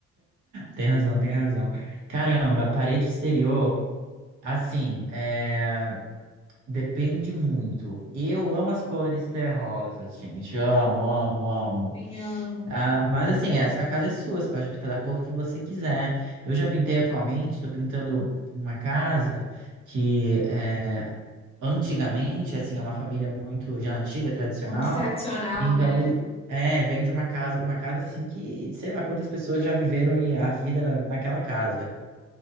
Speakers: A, on the right; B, on the left.
A: Tem razão, tem razão. Caramba, parede exterior, assim, é, depende muito. Eu amo as cores terrosas, gente. Amo, amo, amo.
B: Nem amo.
A: Ah, mas assim, essa- a casa é sua, você pode pintar da cor que você quiser. Eu já pintei atualmente, tô pintando uma casa que é, antigamente, assim, é uma família muito já antiga, tradicional.
B: Muito tradicional,
A: Então
B: né?
A: ele é, vem de uma casa, uma casa assim que, sei lá quantas pessoas já viveram e a vida na- naquela casa.